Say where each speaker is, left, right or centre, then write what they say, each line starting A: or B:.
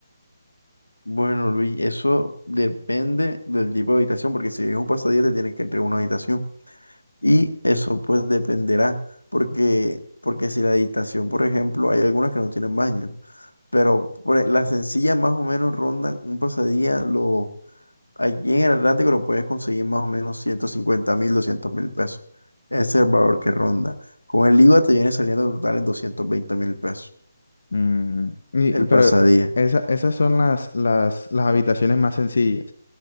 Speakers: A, on the left; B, on the left.
A: Bueno, Luis, eso depende del tipo de habitación, porque si es un pasadía te tienen que entregar una habitación. Y eso pues dependerá, porque, porque si la habitación, por ejemplo, hay algunas que no tienen baño, pero por e- las sencillas más o menos rondan un pasadía, lo, aquí en el Atlántico lo puedes conseguir más o menos ciento cincuenta mil, doscientos mil pesos. Ese es el valor que ronda. Con el IVA te viene saliendo total en doscientos veinte mil pesos
B: Mm, Y-
A: el
B: y- pero
A: pasadía.
B: esa- esas son las, las, las habitaciones más sencillas.